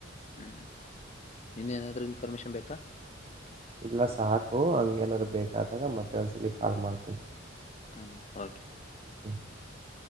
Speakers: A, on the left; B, on the right.
A: ಹ್ಮ್, ಇನ್ನಾಏನಾದ್ರೂ ಇನ್ಫಾರ್ಮೇಶನ್ ಬೇಕಾ
B: ಇಲ್ಲ ಸಾಕು ಹಂಗೇಏನಾದ್ರು ಬೇಕಾದಾಗ ಮತ್ತೆ ಒಂದ್ಸಲ ಕಾಲ್ ಮಾಡ್ತೀನಿ.
A: ಹಾ ಓಕೆ,
B: ಹಾ <inaudible>